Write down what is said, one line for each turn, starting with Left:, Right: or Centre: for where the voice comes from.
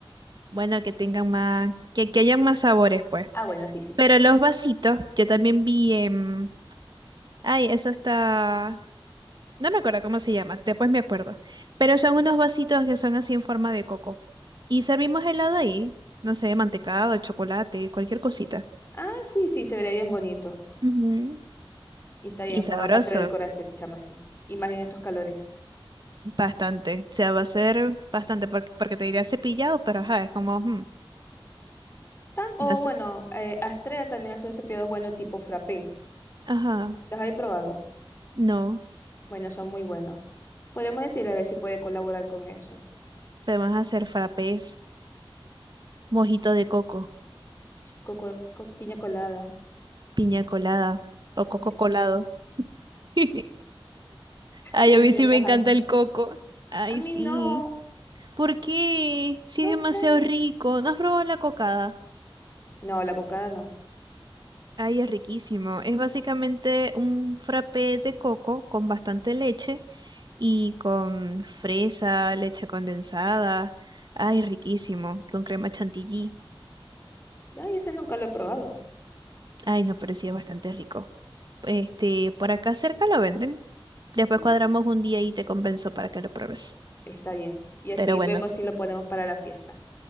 Right: Bueno, que tengan más, que, que hayan más sabores, pues.
Left: Ah, bueno, sí, sí, sí.
Right: Pero los vasitos, yo también vi en... Ay, eso está... No me acuerdo cómo se llama, después me acuerdo. Pero son unos vasitos que son así en forma de coco. Y servimos helado ahí, no sé, mantecado, chocolate, cualquier cosita.
Left: Ah, sí, sí, se vería bien bonito.
Right: Ujú.
Left: Y está bien,
Right: Y sabroso,
Left: forma parte de la decoración, chama, sí. Y más en estos calores.
Right: bastante. O sea, va a ser bastante, porque, porque te diría cepillado, pero ajá, es como, mm,
Left: Tam- o
Right: no sé.
Left: bueno, eh, Astrea también hace un cepillado bueno tipo frappé.
Right: Ajá,
Left: ¿Los habéis probado?
Right: no.
Left: Bueno, son muy buenos. Podemos decirle a ver si puede colaborar con eso.
Right: Podemos hacer frappés, mojito de coco,
Left: Coco, co- piña colada.
Right: piña colada o
Left: Ah,
Right: coco
Left: <laughs> ya
Right: colado. <laughs> Ay,
Left: ya me
Right: a mí
Left: estoy
Right: sí
Left: antojando.
Right: me encanta el coco. Ay,
Left: A mí
Right: sí.
Left: no.
Right: ¿Por qué? Si
Left: No
Right: es demasiado
Left: sé.
Right: rico. ¿No has probado la cocada?
Left: No, la cocada no.
Right: Ay, es riquísimo. Es básicamente un frappé de coco con bastante leche y con fresa, leche condensada. Ay, riquísimo. Con crema chantilly.
Left: Ay, ese nunca lo he probado.
Right: Ay, no, pero sí es bastante rico. Este, por acá cerca lo venden. Después
Left: Ya.
Right: cuadramos un día y te compenso para que lo pruebes.
Left: Está bien. Y así
Right: Pero bueno.
Left: vemos si lo ponemos para la fiesta.